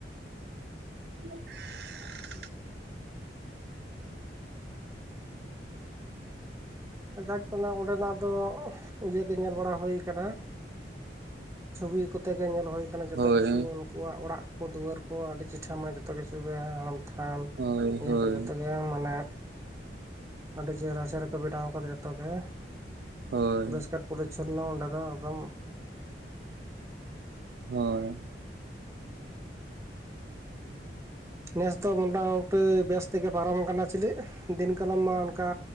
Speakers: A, on the right (about 65°); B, on the right (about 15°).
A: <unintelligible>
B: ᱡᱟᱠᱜᱮ ᱚᱸᱰᱮᱱᱟᱜ ᱫᱚ ᱤᱭᱟᱹᱜᱮ ᱧᱮᱞ ᱵᱟᱲᱟ ᱦᱩᱭ ᱠᱟᱱᱟ᱾ ᱪᱷᱚᱵᱤ ᱠᱚᱛᱮ ᱜᱮ ᱧᱮᱞ ᱦᱩᱭᱩᱭᱟᱠᱱ ᱡᱚᱛᱚ
A: ᱦᱳᱭ ᱦᱳᱭ
B: ᱠᱤᱪᱷᱩ ᱩᱱᱠᱩᱣᱟᱜ ᱚᱲᱟᱜ ᱠᱩ ᱫᱩᱣᱟᱹᱨ ᱠᱚ ᱟᱹᱰᱤ ᱪᱤᱴᱷᱟᱹ ᱢᱟ ᱡᱚᱛᱚ ᱠᱤᱪᱷᱩᱜ ᱜᱮ ᱦᱟᱲᱟᱢ ᱛᱷᱟᱱ
A: ᱦᱳᱭ ᱦᱳᱭ
B: ᱱᱤᱭᱟᱹ
A: ᱦᱳᱭ
B: ᱠᱚ ᱡᱚᱛᱚᱜᱮ ᱢᱟᱱᱮ ᱟᱹᱰᱤ ᱪᱮᱦᱨᱟ ᱪᱮᱦᱨᱟ ᱠᱚ ᱵᱮᱱᱟᱣ ᱠᱟᱫᱟ ᱡᱚᱛᱚ ᱜᱮ
A: ᱦᱳᱭ
B: ᱯᱩᱨᱚᱥᱠᱟᱨ ᱯᱚᱨᱤᱪᱪᱷᱤ ᱱᱚ ᱚᱰᱮᱸ ᱟᱫᱚᱢ
A: ᱦᱳᱭ
B: ᱱᱮᱥ ᱫᱚ ᱢᱚᱴᱟᱢᱩᱴᱤ ᱵᱮᱥ ᱛᱮᱜᱮ ᱯᱟᱨᱚᱢ ᱟᱠᱟᱱᱟ᱾ ᱪᱤᱞᱮᱫ ᱫᱤᱱ ᱠᱟᱞᱢ ᱢᱟ ᱚᱱᱠᱟ